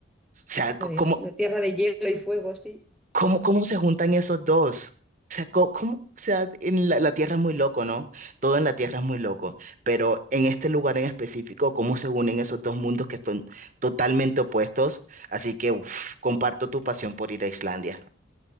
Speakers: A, on the right; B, in the centre.
A: sea, co-
B: Eso es,
A: ¿cómo,
B: la tierra de hielo y fuego, sí.
A: cómo, cómo se juntan esos dos? O sea, co- ¿cómo, o sea, en la, la tierra es muy loco, ¿no? Todo en la tierra es muy loco, pero en este lugar en específico, ¿cómo se unen esos dos mundos que son totalmente opuestos? Así que, uf, comparto tu pasión por ir a Islandia.